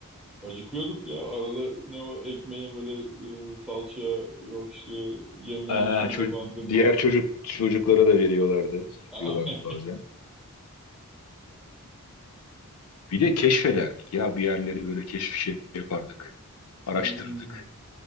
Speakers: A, in the centre; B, on the left.
A: Acıkıyorduk ya. Arada ne o ekmeği böyle e, salçaya yok işte yemeğin
B: Aa,
A: suyuna
B: ço-
A: bandırma.
B: diğer çocuk çocuklara da veriyorlardı. Yapıyorlardı
A: <laughs> Aynen.
B: bazen. Bir de keşfederdik ya bir yerleri böyle keşif şey yapardık. Araştırırdık.
A: Hmm,